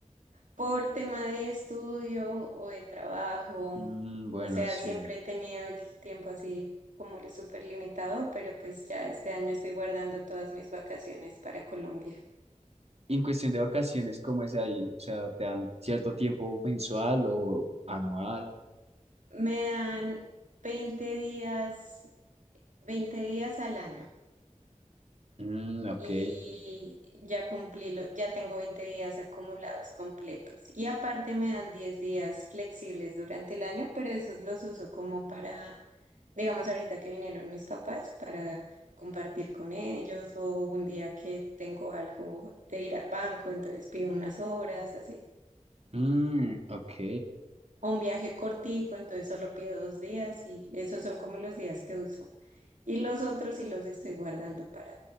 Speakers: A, on the right; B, on the right.
A: por tema de estudio o de trabajo,
B: Mm, bueno,
A: o sea,
B: sí.
A: siempre he tenido el tiempo así como lo súper limitado, pero pues ya este año estoy guardando todas mis vacaciones para Colombia.
B: Y En cuestión de vacaciones, ¿cómo es ahí? O sea, ¿te dan cierto tiempo mensual o anual?
A: Me dan 20 días, 20 días al año
B: Mm, ok.
A: y ya cumplí, lo- ya tengo 20 días acumulados completos. Y aparte me dan 10 días flexibles durante el año, pero esos los uso como para digamos ahorita que vinieron mis papás para compartir con ellos o un día que tengo algo de ir al banco, entonces pido unas horas, así.
B: Mm, ok.
A: O un viaje cortico, entonces solo pido dos días y esos son como los días que uso. Y los otros sí los estoy guardando para,